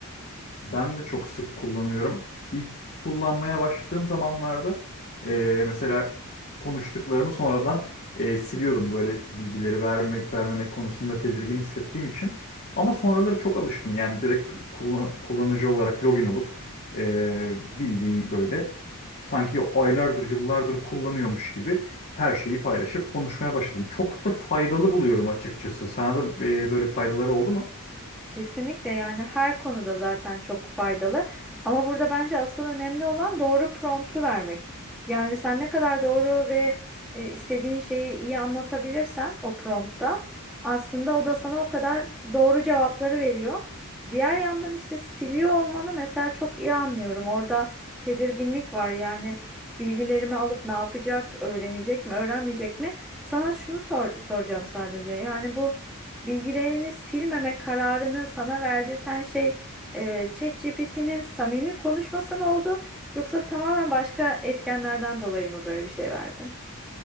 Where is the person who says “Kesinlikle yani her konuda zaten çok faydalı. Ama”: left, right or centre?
Centre